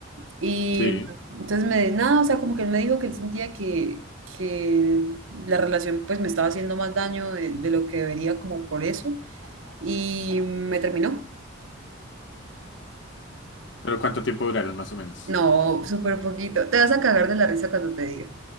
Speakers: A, on the right; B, on the left.
A: Y
B: sí.
A: entonces me, nada, o sea, como que él me dijo que él sentía que, que la relación pues me estaba haciendo más daño de, de lo que debería como por eso. Y me terminó.
B: ¿Pero cuánto tiempo duraron más o menos?
A: No, súper poquito. Te vas a cagar de la risa cuando te diga.